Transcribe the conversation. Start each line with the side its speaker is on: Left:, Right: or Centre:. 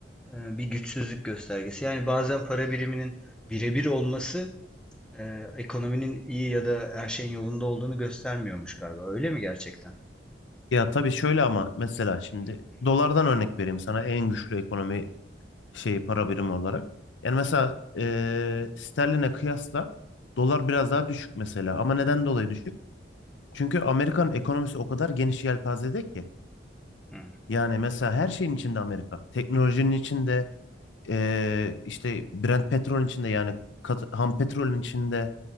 Centre: e, bir güçsüzlük göstergesi. Yani bazen para biriminin birebir olması e, ekonominin iyi ya da her şeyin yolunda olduğunu göstermiyormuş galiba. Öyle mi gerçekten?
Left: Ya tabii şöyle ama mesela şimdi dolardan örnek vereyim sana en güçlü ekonomi şeyi para birimi olarak. Yani mesela eee, sterline kıyasla dolar biraz daha düşük mesela ama neden dolayı düşük? Çünkü Amerikan ekonomisi o kadar geniş yelpazede ki
Centre: Hı.
Left: yani mesela her şeyin içinde Amerika. Teknolojinin içinde eee, işte Brent petrolün içinde yani kat- ham petrolün içinde